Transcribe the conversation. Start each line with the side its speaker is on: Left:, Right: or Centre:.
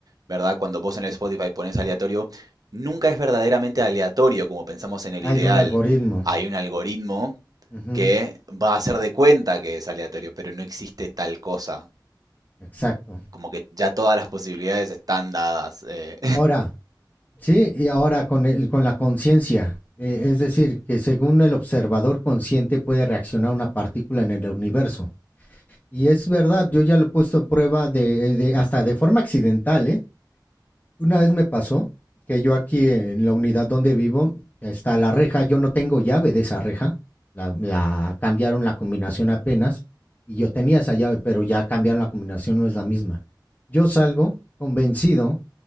Right: ¿verdad? Cuando vos en el Spotify pones aleatorio, nunca es verdaderamente aleatorio como pensamos en el
Left: hay
Right: ideal.
Left: un algoritmo.
Right: Hay un algoritmo
Left: Ujú,
Right: que va a hacer de cuenta que es aleatorio, pero no existe tal cosa.
Left: Exacto.
Right: Como que ya todas las posibilidades están dadas. eh.
Left: Ahora, sí, y ahora con, el- con la conciencia, eh, es decir, que según el observador consciente puede reaccionar una partícula en el universo. Y es verdad, yo ya lo he puesto a prueba de, eh, de- hasta de forma accidental, ¿eh? Una vez me pasó que yo aquí en la unidad donde vivo está la reja, yo no tengo llave de esa reja, la, la cambiaron la combinación apenas y yo tenía esa llave, pero ya cambiaron la combinación, no es la misma. Yo salgo convencido,